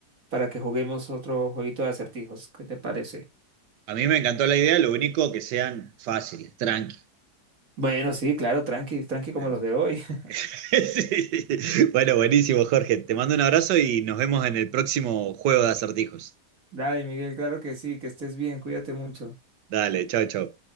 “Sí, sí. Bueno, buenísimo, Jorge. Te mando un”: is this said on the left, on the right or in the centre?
Right